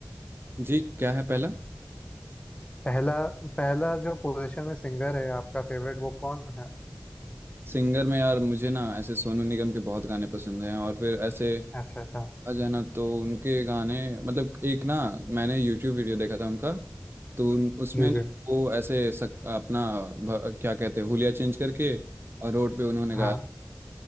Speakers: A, on the right; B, on the left.
A: जी क्या है पहला
B: पहला पहला जो पोजीशन में सिंगर है आपका फेवरेट वो कौन है
A: सिंगर में यार मुझे ना ऐसे सोनू निगम के बहुत गाने पसंद हैं और फिर ऐसे
B: अच्छा अच्छा
A: आ जाना तो उनके गाने मतलब एक ना मैंने यूट्यूब वीडियो देखा था उनका तो उन- उसमें
B: जी
A: ना
B: जी
A: वो ऐसे सक, अपना भ- क्या कहते हैं हुलिया चेंज करके और रोड पे उन्होंने गाया
B: हाँ